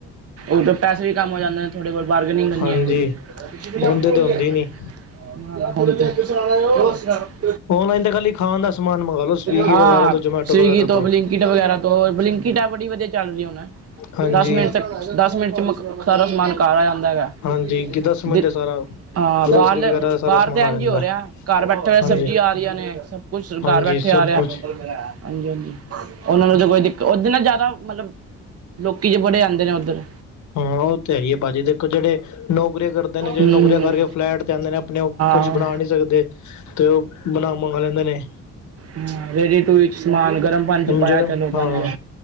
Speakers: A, on the right (about 50°); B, on the left (about 70°).
A: ਉ ਤੇ ਪੈਸੇ ਵੀ ਕੰਮ ਹੋ ਜਾਂਦੇ ਨੇ ਤੁਹਾਡੇ ਕੋਲ ਬਾਰਗੇਨਿੰਗ ਨੀ
B: ਹਾਂਜੀ
A: <unintelligible>
B: ਉਹਦੇ ਤੇ ਹੁੰਦੀ ਨੀ
A: <unintelligible>
B: ਔਨਲਾਈਨ ਤਾਂ ਖਾਲੀ ਖਾਣ ਦਾ ਸਮਾਨ ਮੰਗਵਾ ਲੋ ਸਵੀਗੀ
A: ਹਾਂ,
B: ਵਗੈਰਾ ਤੋਂ ਜਮੈਟੋ
A: ਸਵਿਗੀ
B: ਵਗੈਰਾ
A: ਤੋਂ ਬਲਿੰਕਿਟ ਵਗੈਰਾ ਬਲਿੰਕੀਟ ਏਪ ਬੜੀ ਵਧੀਆ ਚੱਲ ਰਹੀ ਹੁਨ।
B: ਹਾਂਜੀ
A: ਦਸ ਮਿੰਟ ਚ ਦਸ ਮਿੰਟ ਚ ਮਕ ਸਾਰਾ ਸਮਾਨ ਘਰ ਆ ਜਾਂਦਾ ਦਾ ਏਗਾ
B: ਹਾਂਜੀ ਦਸ ਮਿੰਟ
A: ਦੀ
B: ਸਾਰਾ
A: ਹਾਂ,
B: ਗਰੋਸਰੀ
A: ਬਾਰਲੇ
B: ਵਗੈਰਾ ਦਾ ਸਾਰਾ
A: ਬਾਰ
B: ਸਮਾਨ
A: ਤੇ ਐਂਜ
B: ਆ ਜਾਂਦਾ
A: ਈ ਹੋ ਰਿਆ, ਘਰ ਬੈਠੇ ਸਬਜ਼ੀ
B: ਹਾਂਜੀ
A: ਆਰੀਆਂ ਨੇ ਕੁੱਛ
B: ਹਾਂਜੀ
A: ਘਰ ਬੈਠੇ
B: ਸਭ
A: <unintelligible>
B: ਕੁਛ
A: ਕੋਈ ਦਿੱਕ, ਉਧਰ ਨਾ ਜਾਂਦਾ ਮਤਲਬ ਲੋਕੀ ਜੇ ਬੜੇ ਆਂਦੇ ਨੇ ਉੱਦਰ।
B: ਹਾਂ ਔ ਤੇ ਹੈਈ ਏ ਭਾਜੀ, ਦੇਖੋ ਜੇੜੇ ਨੌਕਰੀਆਂ ਕਰਦੇ ਨੇ ਜੇ
A: ਹਮ
B: ਨੌਕਰੀਆਂ ਕਰਕੇ ਫਲੈਟ ਤੇ ਆਂਦੇ ਨੇ ਆਪਨੇ ਕੁਛ
A: ਹਾਂ
B: ਬਨਾ ਨੀ ਸਗਦੇ, ਤੇ ਉ ਬਨਾ ਮੰਗਾ ਲੈਂਦੇ ਨੇ
A: ਹੂੰ ਰੇਡੀ ਟੂ ਸਮਾਨ ਗਰਮ ਪਾਣੀ 'ਚ ਪਾਯਾ
B: ਜਿਹੜੇ
A: ਚਲੋ। ਬਣ
B: ਹਾਂ,
A: ਗਿਆ।